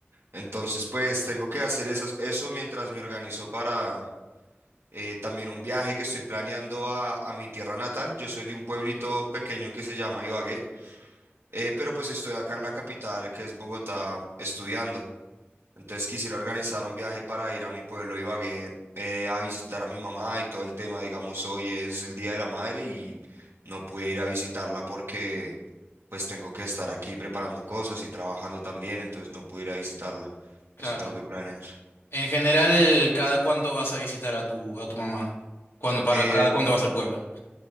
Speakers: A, on the right (about 75°); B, on the left (about 75°).
A: Entonces, pues tengo que hacer esas, eso mientras me organizo para eh, también un viaje que estoy planeando a, a mi tierra natal. Yo soy de un pueblito pequeño que se llama Ibagué, eh, pero pues estoy acá en la capital, que es Bogotá, estudiando. Entonces quisiera organizar un viaje para ir a mi pueblo Ibagué eh, a visitar a mi mamá y todo el tema. Digamos, hoy es el Día de la Madre y no pude ir a visitarla porque pues tengo que estar aquí preparando cosas y trabajando también, entonces no pude ir a visitarla.
B: Claro.
A: Eso tengo que planear.
B: En general, ¿cada cuánto vas a visitar a tu, a tu mamá? ¿Cuándo, para
A: Eh,
B: cada cuánto vas al pueblo?